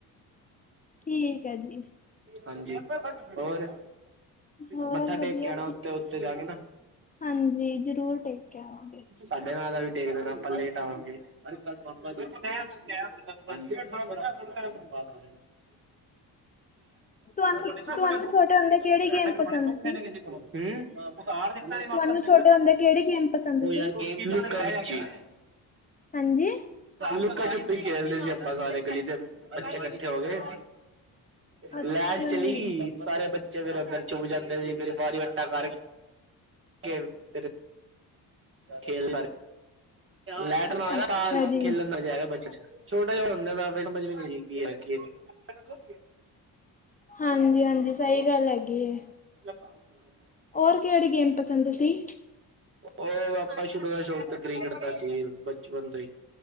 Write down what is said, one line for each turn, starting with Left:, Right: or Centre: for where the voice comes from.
Left: ਠੀਕ ਹੈ ਜੀ
Right: ਹਾਂਜੀ ਹੋਰ?
Left: ਹੋਰ
Right: ਮੱਥਾ
Left: ਵਧੀਆ
Right: ਟੇਕ ਕੇ ਆਣਾ
Left: ਜੀ
Right: ਉਥੇ ਉੱਤੇ ਜਾ ਕੇ ਨਾ।
Left: ਹਾਂਜੀ ਜ਼ਰੂਰ ਟੇਕ ਕੇ ਆਵਾਂਗੇ
Right: ਸਾਡੇ ਨਾ ਦਾ ਵੀ ਟੇਕ ਦੇਣਾ ਆਪਾਂ ਲੇਟ ਆਵਾਂਗੇ। ਅਰੇ ਕੱਲ ਪਾਪਾ ਜੀ ਹਾਂਜੀ। ਵਦ। <inaudible>
Left: ਤੁਹਾਨੂੰ
Right: ਮੈਂ ਪ੍ਰਮ ਸ
Left: ਤੁਹਾਨੂੰ ਛੋਟੇ ਹੁੰਦੇ ਕਿਹੜੀ ਗੇਮ ਪਸੰਦ
Right: ਖਿਆ
Left: ਸੀ
Right: ਕਿਸੇ ਕੋਲੋਂ <inaudible> ਹਮ ਕੁ ਆਰ ਦਿੱਤਾ ਨ ਵਾਪਸ
Left: ਤੁਹਾਨੂੰ ਛੋਟੇ ਹੁੰਦੇ ਕਿਹੜੀ ਗੇਮ ਪਸੰਦ
Right: ਫ
Left: ਸੀ
Right: ਯ <inaudible>
Left: ਹਾਂਜੀ
Right: ਲੁਕਾ ਛੁਪੀ ਖੇਲਦੇ ਸੀ ਆਪਾਂ ਸਾਰੇ। ਗਲੀ ਦੇ ਬੱਚੇ ਇਕੱਠੇ ਹੋ ਗਏ,
Left: ਅੱਛਾ
Right: ਲੈਟ ਚਲੀ
Left: ਜੀ
Right: ਗਈ, ਸਾਰੇ ਬੱਚੇ ਫਿਰ ਅੰਦਰ ਚੁੱੱਕ ਜਾਂਦੇ ਸੀ ਫਿਰ ਵਾਰੀ ਵਟਾ ਕਰਕੇ ਫਿਰ। ਖੇਲਦਾ। ਲੈਟ ਨਾ ਜਾਏ
Left: ਅੱਛਾ
Right: ਨਾ ਤਾਂ
Left: ਜੀ
Right: ਖੇਲਣ ਦਾ ਮਜਾ ਹੈਗਾ ਬੱਚੇ ਚ ਛੋਟਾ ਜਿਹਾ ਹੁੰਦੇ ਦਾ। ਕੀ ਹੈ ਕੀ ਨਹੀਂ।
Left: ਹਾਂਜੀ ਹਾਂਜੀ ਸਹੀ ਗੱਲ ਹੈਗੀ ਏ।
Right: ਰਾਹੁਲ।
Left: ਹੋਰ ਕਿਹੜੀ ਗੇਮ ਪਸੰਦ ਸੀ।
Right: ਉਹ ਆਪਾਂ ਸ਼ੁਰੂ ਦਾ ਸ਼ੌਕ ਕ੍ਰਿਕਟ ਦਾ ਸੀ ਬਚਪਨ ਤੋਂ ਹੀ।